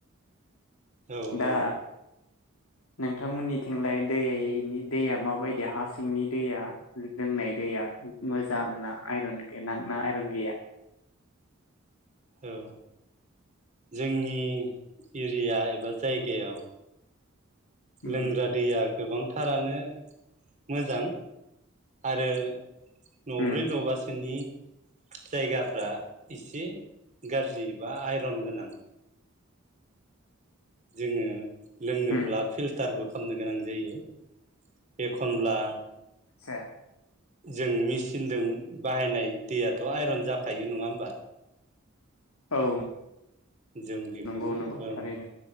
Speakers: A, on the right; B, on the left.
A: औ
B: दा
A: औ
B: नोंथांमोननिथिंलाय दैया माबायदि हा सिंनि दैया लोंनाय दैया मोजां ना आइरन गोनां ना आइरन गैया?
A: औ जोंनि एरिया एबा जायगायाव
B: उम
A: लोंग्रा दैया गोबांथारानो मोजां आरो न'ब्रै
B: उम
A: न'बासोनि जायगाफ्रा इसे गाज्रि बा आइरन गोनां। जोंङो लोंनोब्ला
B: उम
A: फिल्टारबो खामनो गोनां जायो एखनब्ला
B: सा
A: जों मिचिनजों बाहायनाय दैयाथ' आइरन जाखायो नङा होमबा?
B: औ।
A: जों बिखौनो
B: नंगौ नंगौ
A: औ
B: थारैनो